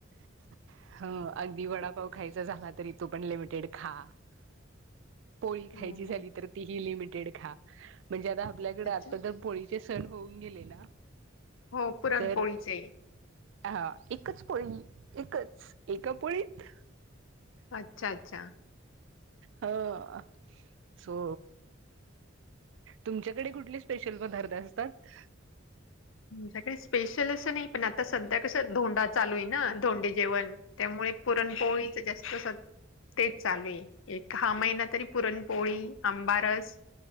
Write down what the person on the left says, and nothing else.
हम्म,
हम्म.
अच्छा,
हो पुरणपोळीचे.
अच्छा अच्छा
आमच्याकडे स्पेशल असं नाही, पण आता सध्या कसं धोंडा चालु आहे ना धोंडे जेवण त्यामुळे पुरणपोळीच जास्त तेच चालु आहे एक. हा महिना तरी पुरणपोळी आंबारस